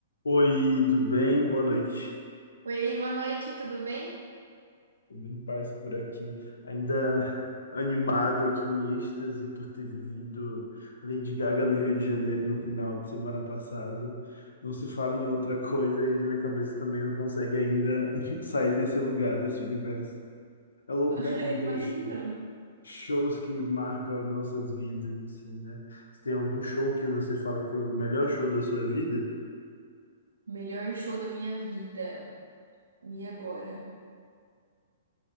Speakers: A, on the left (about 75°); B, on the right (about 80°).
A: Oi, tudo bem? Boa noite.
B: Oi, boa noite, tudo bem?
A: Tudo em paz por aqui. Ainda animado aqui em êxtase por ter vivido Lady Gaga no Rio de Janeiro no final de semana passado. Não se fala em outra coisa e na minha cabeça também não consegue ainda <laughs> sair desse lugar, desse universo. É louco,
B: <laughs>
A: né? Como
B: Eu
A: tem
B: imagino.
A: sh- shows que marcam as nossas vidas, assim, né? Se tem algum show que você fala que foi o melhor show da sua vida?
B: Melhor show da minha vida. E agora?